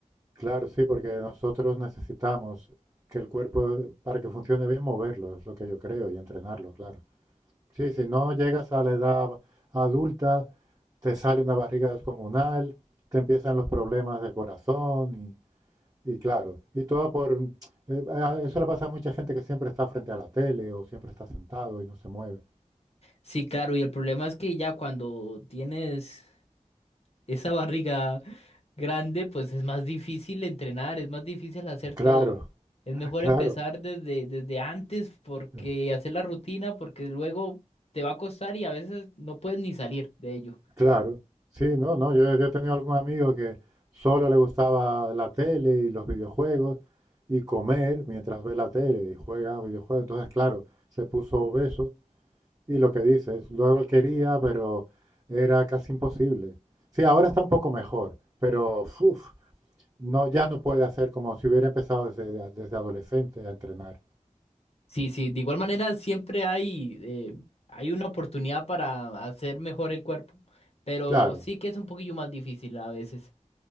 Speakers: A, on the right; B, on the left.
A: claro, sí, porque nosotros necesitamos que el cuerpo, eh, para que funcione bien, moverlo, es lo que yo creo, y entrenarlo, claro. Sí, si no llegas a la edad adulta, te sale una barriga descomunal, te empiezan los problemas del corazón y, y claro, y todo por... eh, a- eso le pasa a mucha gente que siempre está frente a la tele o siempre está sentado y no se mueve.
B: Sí, claro, y el problema es que ya cuando tienes esa <laughs> barriga grande, pues es más difícil entrenar, es más difícil hacer
A: Claro.
B: todo. Es
A: <laughs>
B: mejor
A: Claro,
B: empezar desde, desde antes porque
A: Eh,
B: hacer la rutina, porque luego te va a costar y a veces no puedes ni salir de ello.
A: Claro, sí, no, no, yo, yo he tenido algún amigo que solo le gustaba la tele y los videojuegos y comer mientras ve la tele y juega videojuegos, entonces claro, se puso obeso y lo que dices, luego él quería, pero era casi imposible. Sí, ahora está un poco mejor, pero uf, no, ya no puede hacer como si hubiera empezado desde, desde adolescente a entrenar.
B: Sí, sí, de igual manera siempre hay, eh, hay una oportunidad para hacer mejor el cuerpo, pero
A: Claro,
B: sí que es un poquillo más difícil a veces.